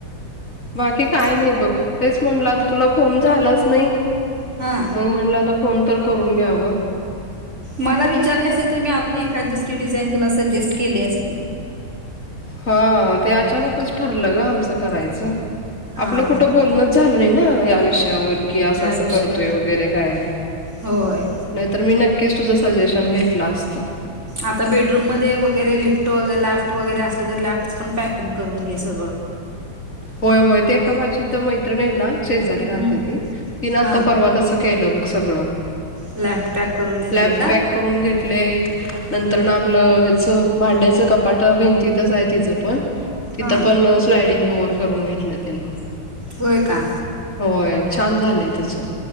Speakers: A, on the left; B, on the right.
A: बाकी काय नाही बघ तेच म्हणलं आता तुला फोन झालाच नाही.
B: हा.
A: मग म्हणलं तर फोन तर करून घ्यावं.
B: मला विचारले असेल तर मी अजून एखाददी दुसरी डिझाईन तुला सजेस्ट केली असती.
A: हा ते अचानकच ठरलं ग आमचं करायचं.
B: हा
A: आपलं कुठं
B: हा
A: बोलणच
B: हा
A: झालं नाही ना या विषयावर. की
B: ह्या
A: असं असं
B: विषयावर
A: करतोय वगैरे काय.
B: होय.
A: नाहीत मी नक्कीच तुझं सजेशन घेतलं असतं.
B: आता बेडरूममध्येध्ये वगैरे लिफ्ट वगैरे लॅफ्ट वगैरे असलं तर लॅफ्ट पण पॅकिंग करून घे सगळं.
A: होय होय ते ए का माझी तर मैत्रिणी आहे ना शेजारी राहते
B: हम्म.
A: ती ती ना
B: हा
A: आता परवाात अस. केलं बघ सगळं.
B: लॅफ्ट पॅक करून घेतले
A: लॅब
B: का
A: पॅक करून घेतले. नंतर ना आपलं ह्याच भांड्याचं कपाट भिंतीतच आहे तिचं पण. तिथं
B: हा
A: पण स्लायडिंग डोअर करून घेतलं तिनं.
B: होय का.
A: होय छान झालंय तिचं